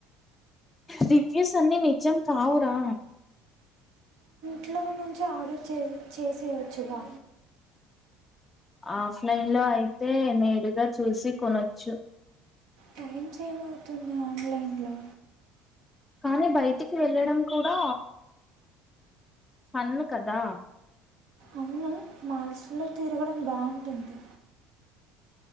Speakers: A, on the left (about 20°); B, on the right (about 70°).
A: రివ్యూస్ అన్నీ నిజం కావురా
B: ట్లో నుంచి ఆర్డర్ చే చేసేయొచ్చుగా
A: ఆఫ్ లైన్ లో అయితే నేరుగా చూసి కొనొచ్చు
B: టైమ్ సెవ్ అవుతుంది ఆన్లైన్లో
A: కానీ బయటికి వెళ్ళడం కూడా సన్నలు కదా
B: అవున మాల్స్ లో తిరగడం బాగుంటుంది